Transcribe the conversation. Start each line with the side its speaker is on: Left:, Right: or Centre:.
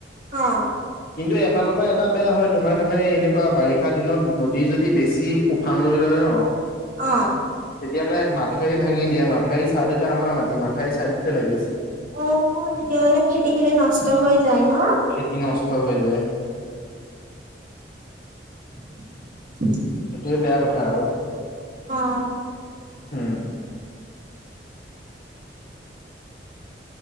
Right: অ'।
Left: কিন্তু এফালৰ পৰা এটা বেয়া হয়, তোমাৰ তাৰমানে এনেকুৱা বাৰিষা দিনত নদীৰ যদি বেছি উফান লৈ লয় অ'।
Right: অ'।
Left: তেতিয়া মানে মথাউৰি ভাঙি দিয়ে মথাউৰিৰ ছাইডতে আমাৰ মাটি মাথাউৰিৰ চাইডতে লাগি আছে।
Right: অ' তেতিয়া হ'লে খেতিখিনি নষ্ট হৈ যায় ন'।
Left: কি নষ্ট হৈ যায়।
Right: <unintelligible>
Left: এইটোৱে বেয়া কথা আৰু।
Right: অ'।
Left: উম।